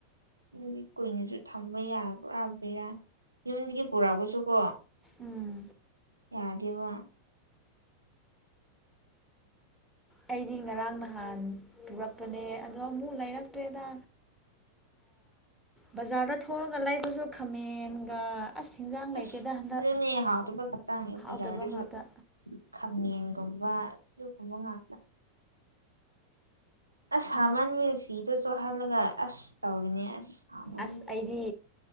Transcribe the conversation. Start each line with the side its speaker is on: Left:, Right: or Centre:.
Right: ꯑꯗꯨꯒꯤ ꯀꯨꯏꯅꯁꯨ ꯊꯝꯕ ꯌꯥꯕ꯭ꯔꯥꯕꯔꯥ ꯌꯨꯝꯗꯒꯤ ꯄꯨꯔꯛꯄꯁꯨꯀꯣ
Centre: ꯎꯝ
Right: ꯌꯥꯗ ꯋꯥ
Centre: ꯑꯩꯗꯤ ꯉꯔꯥꯡ ꯅꯍꯥꯟ ꯄꯨꯔꯛꯄꯅꯦ ꯑꯗꯣ ꯑꯃꯨꯛ ꯂꯩꯔꯛꯇ꯭ꯔꯦꯗ ꯕꯖꯥꯔꯗ ꯊꯣꯛꯑꯒ ꯂꯩꯕꯁꯨ ꯈꯥꯃꯦꯟꯒ ꯑꯁ ꯍꯤꯟꯖꯥꯡ ꯂꯩꯇꯦꯗ
Right: ꯑꯁ
Centre: ꯍꯟꯗꯛ
Right: ꯑꯗꯨꯅꯦ ꯍꯥꯎꯗꯕ ꯈꯛꯇꯪꯅꯤ
Centre: ꯍꯥꯎꯇꯕ
Right: ꯕꯖꯥꯔꯗꯨꯁꯨ
Centre: ꯉꯥꯛꯇ
Right: ꯈꯪꯅꯤ ꯀꯝꯕ ꯁꯤꯁꯨ ꯀꯣꯕ ꯉ ꯑꯁ ꯍꯥꯃꯟꯕ ꯐꯤꯗꯣ ꯆꯣꯍꯜꯂꯒ ꯑꯁ ꯇꯧꯔꯤꯅꯦ ꯑꯁ ꯁꯥꯃꯟꯒꯤ
Centre: ꯑꯁ ꯑꯩꯗꯤ